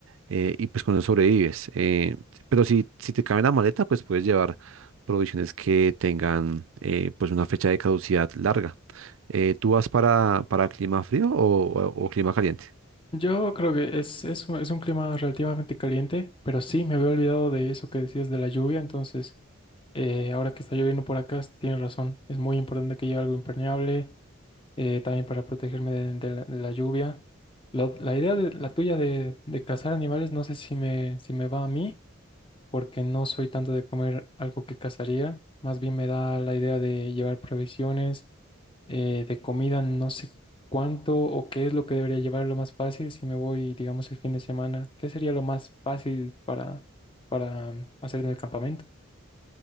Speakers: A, on the right (about 70°); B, on the left (about 25°).
A: eh, y pues con eso sobrevives. Eh, pero si, si te cabe en la maleta, pues puedes llevar provisiones que tengan eh, pues una fecha de caducidad larga. Eh, ¿tú vas para, para clima frío o, o o clima caliente?
B: Yo creo que es, es un, es un clima relativamente caliente, pero sí, me había olvidado de eso que decías de la lluvia, entonces eh, ahora que está lloviendo por acá, tienes razón, es muy importante que lleve algo impermeable, eh, también para protegerme de, de la, de la lluvia. La, la idea de, la tuya de, de cazar animales, no sé si me, si me va a mí, porque no soy tanto de comer algo que cazaría, más bien me da la idea de llevar provisiones, eh, de comida, no sé cuánto o qué es lo que debería llevar lo más fácil si me voy, digamos, el fin de semana, ¿qué sería lo más fácil para, para hacer en el campamento?